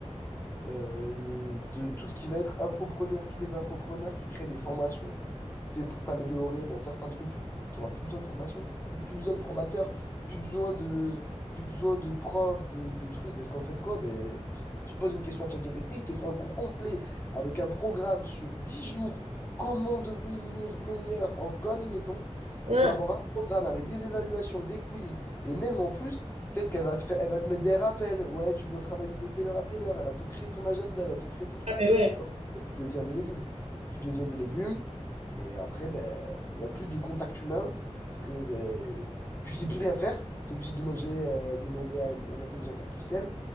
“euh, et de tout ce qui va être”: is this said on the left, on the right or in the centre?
Left